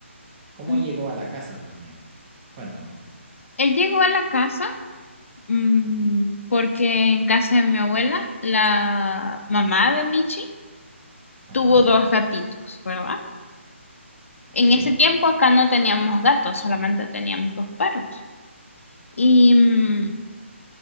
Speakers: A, on the right; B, on the left.
A: ¿Cómo
B: ujú.
A: llegó a la casa también? Cuéntame.
B: Él llegó a la casa mm, porque en casa de mi abuela, la mamá de Michi
A: Ajá,
B: tuvo dos gatitos, ¿verdad?
A: ok,
B: En ese tiempo acá no teníamos gatos, solamente teníamos dos perros. Y mm,